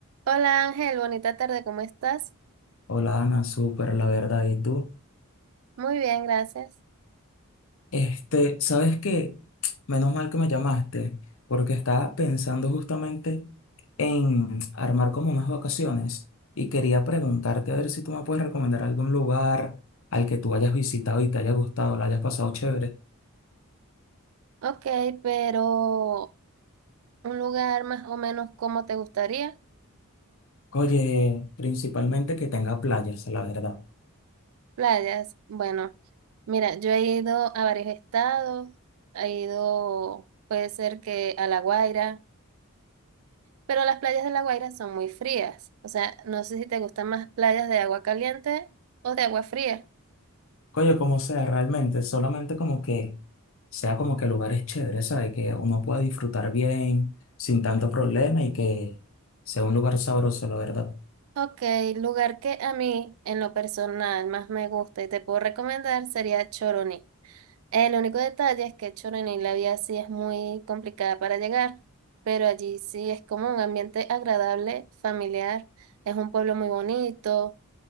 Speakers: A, on the right; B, on the left.
A: Hola Ángel, bonita tarde, ¿cómo estás?
B: Hola Ana, súper, la verdad. ¿Y tú?
A: Muy bien, gracias.
B: Este, ¿sabes qué? Menos mal que me llamaste, porque estaba pensando justamente en armar como unas vacaciones y quería preguntarte a ver si tú me puedes recomendar algún lugar al que tú hayas visitado y te haya gustado, la hayas pasado chévere.
A: Ok, pero un lugar más o menos como te gustaría,
B: Oye, principalmente que tenga playas, la verdad.
A: playas. Bueno, mira, yo he ido a varios estados, he ido, puede ser que a La Guaira, pero las playas de La Guaira son muy frías. O sea, no sé si te gustan más playas de agua caliente o de agua fría.
B: Coño, como sea, realmente, solamente como que sea como que lugares chéveres, ¿sabes? Que uno pueda disfrutar bien, sin tanto problema y que sea un lugar sabroso, la verdad.
A: Ok, lugar que a mí en lo personal más me gusta y te puedo recomendar sería Choroní. El único detalle es que Choroní, la vía sí es muy complicada para llegar, pero allí sí es como un ambiente agradable, familiar. Es un pueblo muy bonito,